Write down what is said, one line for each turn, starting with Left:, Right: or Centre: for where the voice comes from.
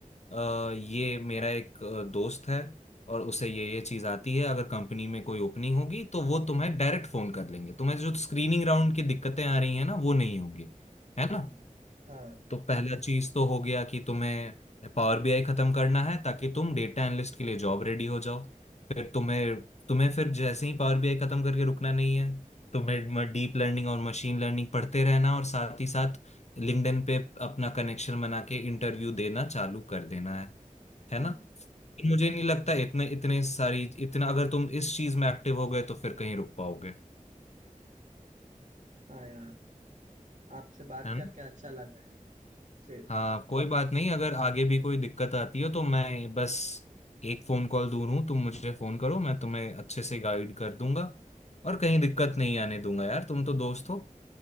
Left: अ, ये मेरा एक अ, दोस्त है और उसे ये ये चीज़ आती है अगर कंपनी में कोई ओपनिंग होगी तो वो तुम्हें डायरेक्ट फोन कर लेंगे तुम्हें जो स्क्रीनिंग राउंड की दिक्कतें आ रही हैं ना वो नहीं होंगी है ना
Right: हम्म हाँ
Left: तो पहला चीज तो हो गया कि तुम्हें पावर बीआई खत्म करना है ताकि तुम डेटा एनालिस्ट के लिए जॉब रेडी हो जाओ फिर तुम्हें तुम्हें फिर जैसे ही पावर बीआई खत्म करके रुकना नहीं है तुम्हें डीप लर्निंग और मशीन लर्निंग पढ़ते रहना और साथ ही साथ लिंक्डइन पे अपना कनेक्शन बना के इंटरव्यू देना चालू कर देना है है
Right: हाँ
Left: ना मुझे नहीं लगता इतने इतने सारी इतना अगर तुम इस चीज में एक्टिव हो गए तो फिर कहीं रुक पाओगे है
Right: हाँ यार आपसे बात
Left: ना।
Right: करके अच्छा लगा यार फिर
Left: हाँ कोई बात नहीं अगर आगे भी कोई दिक्कत आती हो तो मैं बस एक फोन कॉल दूर हूँ तुम मुझे फोन करो मैं तुम्हें अच्छे से गाइड कर दूंगा और कहीं दिक्कत नहीं आने दूंगा यार तुम तो दोस्त हो